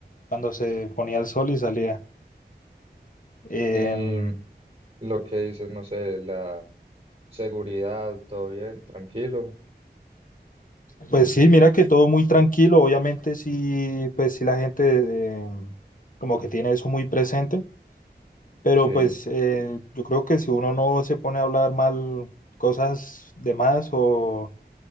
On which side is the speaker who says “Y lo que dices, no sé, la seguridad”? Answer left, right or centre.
Right